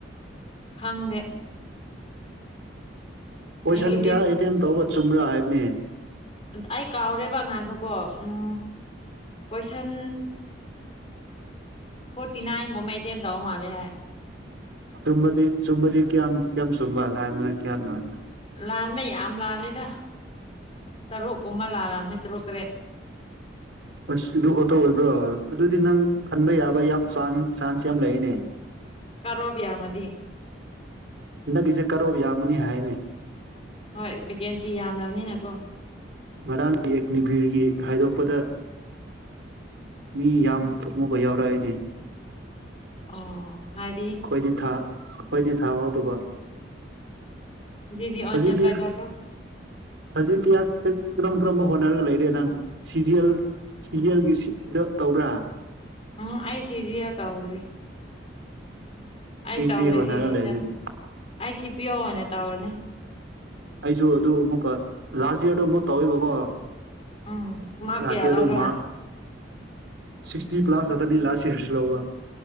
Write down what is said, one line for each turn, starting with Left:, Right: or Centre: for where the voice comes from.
Left: ꯈꯪꯗꯦ
Right: <inaudible> ꯀꯣꯏꯁꯟ
Left: ꯅꯦꯒꯦꯇꯤꯞ
Right: ꯀꯌꯥ ꯑꯦꯇꯦꯝ ꯇꯧꯔꯒ ꯆꯨꯝꯕ꯭ꯔꯥ ꯍꯥꯏꯕꯅꯦ
Left: ꯑꯩ ꯀꯥꯎꯔꯦꯕ ꯉꯥꯏꯈꯣꯀꯣ ꯎꯝ ꯀꯣꯏꯁꯟ ꯐꯣꯔꯇꯤ ꯅꯥꯏꯟꯒꯨꯝꯕ ꯑꯦꯇꯦꯝ ꯇꯧꯕ ꯃꯥꯜꯂꯦ ꯍꯥꯏ
Right: ꯆꯨꯝꯕꯗꯤ ꯆꯨꯝꯕꯗꯤ ꯀꯌꯥꯝ ꯀꯌꯥꯝ ꯆꯨꯝꯕ ꯂꯥꯟꯕꯅ ꯀꯌꯥꯝ ꯂꯥꯟꯕ
Left: ꯂꯥꯟꯕ ꯌꯥꯝ ꯂꯥꯜꯂꯦꯗ ꯇꯔꯨꯛꯀꯨꯝꯕ ꯂꯥꯜꯂꯝꯅꯤ ꯇꯔꯨꯛ ꯇꯔꯦꯠ
Right: ꯑꯁ ꯑꯗꯨ ꯈꯛꯇ ꯑꯣꯏꯕ꯭ꯔꯥ ꯑꯗꯨꯗꯤ ꯅꯪ ꯈꯟꯕ ꯌꯥꯕ ꯌꯥꯝ ꯆꯥꯡ ꯆꯥꯟꯁ ꯌꯥꯝ ꯂꯩꯌꯦꯅꯦ
Left: ꯀꯔꯣꯞ ꯌꯥꯝꯃꯗꯤ
Right: ꯍꯟꯗꯛꯀꯤꯁꯦ ꯀꯠꯑꯣꯐ ꯌꯥꯝꯒꯅꯤ ꯍꯥꯏꯌꯦꯅꯦ
Left: ꯍꯣꯏ ꯚꯦꯀꯦꯟꯁꯤ ꯌꯥꯝꯗꯝꯅꯤꯅ ꯀꯣ
Right: ꯉꯔꯥꯡꯒꯤ ꯑꯦꯛ ꯅꯤꯕꯤꯔꯒꯤ ꯈꯥꯏꯗꯣꯛꯄꯗ ꯃꯤ ꯌꯥꯝ ꯊꯣꯃꯣꯒ ꯌꯥꯎꯔꯛꯑꯦꯅꯦ
Left: ꯑꯣ ꯍꯥꯏꯗꯤ
Right: ꯈꯣꯏꯗꯤ ꯊꯥ ꯑꯩꯈꯣꯏꯗꯤ ꯊꯥꯍꯧꯗꯕ
Left: ꯖꯤꯗꯤ ꯑꯣꯏꯅ
Right: ꯍꯧꯖꯤꯛꯇꯤ
Left: ꯇ꯭ꯔꯥꯏ
Right: ꯈ
Left: ꯇꯧ
Right: ꯍꯧꯖꯤꯛꯇꯤ ꯌꯥꯝ ꯀꯔꯝ ꯀꯔꯝꯕ ꯍꯣꯠꯅꯔꯒ ꯂꯩꯔꯦ ꯅꯪ ꯁꯤ ꯖꯤ ꯑꯦꯜ ꯁꯤꯖꯤꯑꯦꯜꯒꯤ ꯁꯤꯠꯗꯣ ꯇꯧꯕ꯭ꯔꯥ
Left: ꯎꯝ ꯑꯩ ꯁꯤ ꯖꯤ ꯑꯦ ꯇꯧꯗ꯭ꯔꯤ ꯑꯩ
Right: ꯀꯔꯤ
Left: ꯇꯧꯗꯦ
Right: ꯀꯔꯤ ꯍꯣꯠꯅꯔꯒ
Left: ꯁꯤ ꯖꯤ
Right: ꯂꯩꯔꯤꯅꯤ
Left: ꯑꯦꯜ ꯑꯩ ꯁꯤ ꯄꯤ ꯌꯣ ꯑꯣꯏꯅ ꯇꯧꯔꯅꯤ
Right: ꯑꯩꯁꯨ ꯑꯗꯨ ꯑꯃꯨꯛꯀ ꯂꯥꯁꯏꯌꯔꯗꯨ ꯑꯃꯨꯛ ꯇꯧꯋꯦꯕꯀꯣ
Left: ꯎꯝ ꯃꯥꯔꯛ
Right: ꯂꯥꯁ
Left: ꯀꯌꯥ
Right: ꯏꯌꯔꯗꯣ
Left: ꯂꯧꯕ꯭ꯔ
Right: ꯃꯥꯛ
Left: ꯅꯪ
Right: ꯁꯤꯛꯁꯇꯤ ꯄ꯭ꯂꯥꯁ ꯈꯛꯇꯅꯦ ꯂꯥꯁ ꯏꯌꯔꯁꯨ ꯂꯧꯕ